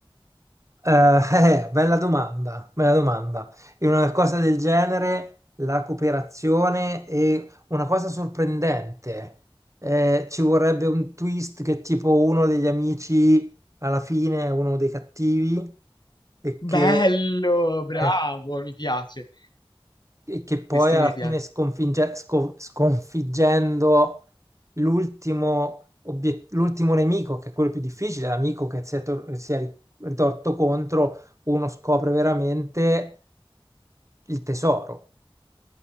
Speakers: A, on the right (about 35°); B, on the left (about 50°).
A: Eh, eh, bella domanda, bella domanda. In una cosa del genere, la cooperazione è una cosa sorprendente. Eh, ci vorrebbe un twist che tipo uno degli amici alla fine è uno dei cattivi e
B: Bello,
A: che,
B: bravo,
A: eh,
B: mi piace.
A: e che poi
B: Questo
A: alla
B: mi
A: fine
B: piace.
A: sconfigge- sco- sconfiggendo l'ultimo obiet- l'ultimo nemico, che è quello più difficile, l'amico che si è, tor- si è ritorto contro, uno scopre veramente il tesoro.